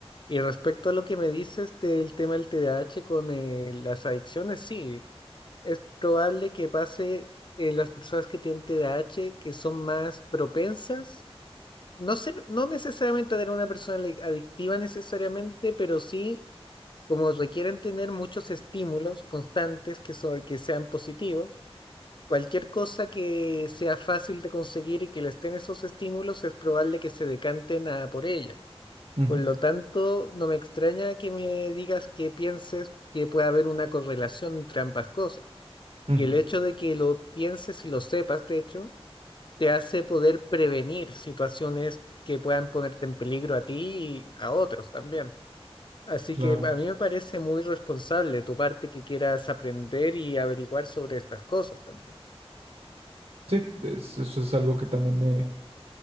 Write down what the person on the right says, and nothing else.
ujú,
ujú,
Claro.
Sí, es- eso es algo que también me,